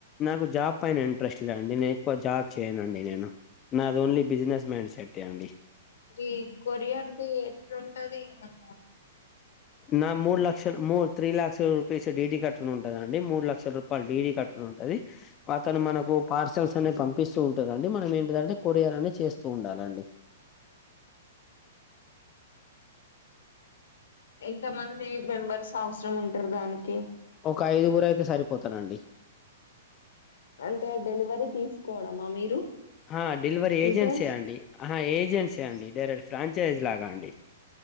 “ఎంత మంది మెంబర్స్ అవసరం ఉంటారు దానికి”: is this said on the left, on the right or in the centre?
Left